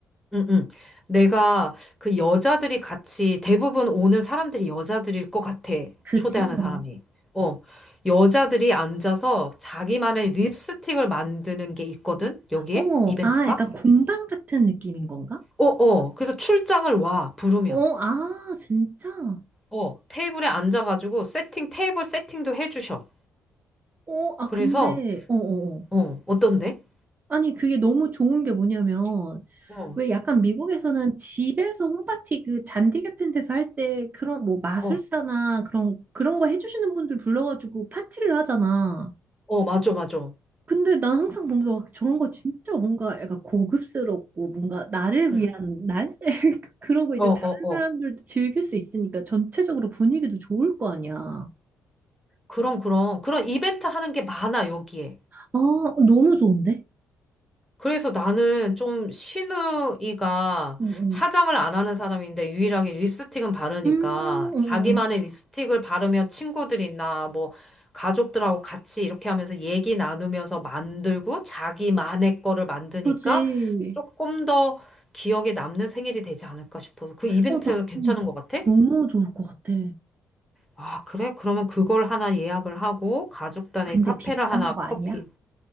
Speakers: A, in the centre; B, on the right.
A: 응, 응. 내가 그 여자들이 같이 대부분 오는 사람들이 여자들일 것 같아.
B: 그지?
A: 초대하는
B: 어.
A: 사람이. 어. 여자들이 앉아서 자기만의 립스틱을 만드는 게 있거든? 여기에?
B: 어머,
A: 이벤트가?
B: 아, 약간 공방 같은 느낌인 건가?
A: 어, 어. 그래서 출장을 와, 부르면.
B: 어, 아, 진짜?
A: 어. 테이블에 앉아가지고 세팅, 테이블 세팅도 해주셔.
B: 어, 아,
A: 그래서,
B: 근데, 어, 어, 어.
A: 어, 어떤데?
B: 아니, 그게 너무 좋은 게 뭐냐면,
A: 어.
B: 왜 약간 미국에서는 집에서 홈파티 그 잔디 같은 데서 할 때 그런 뭐 마술사나
A: 어,
B: 그런, 그런 거 해주시는 분들 불러가지고 파티를 하잖아.
A: 어, 맞아, 맞아.
B: 근데 난 항상 보면서 막 저런 거 진짜 뭔가 약간 고급스럽고 뭔가 나를
A: 응.
B: 위한 날? <laughs> 그러고 이제
A: 어, 어,
B: 다른
A: 어.
B: 사람들도 즐길 수 있으니까 전체적으로 분위기도 좋을 거 아니야.
A: 그럼, 그럼. 그런 이벤트 하는 게 많아, 여기에.
B: 아, 너무 좋은데?
A: 그래서 나는 좀 신우이가
B: 응, 응.
A: 화장을 안 하는 사람인데 유일하게 립스틱은 바르니까
B: 음, 응,
A: 자기만의
B: 응.
A: 립스틱을 바르면 친구들이나 뭐 가족들하고 같이 이렇게 하면서 얘기 나누면서 만들고 자기만의 거를 만드니까
B: 그이
A: 조금 더 기억에 남는 생일이 되지 않을까 싶어서 그 이벤트
B: 어, 나
A: 괜찮은
B: 음,
A: 것 같아?
B: 너무 좋을 것 같아.
A: 아, 그래? 그러면 그걸 하나 예약을 하고 가족 단위
B: 근데
A: 카페를
B: 비싼
A: 하나
B: 거 아니야?
A: 커피.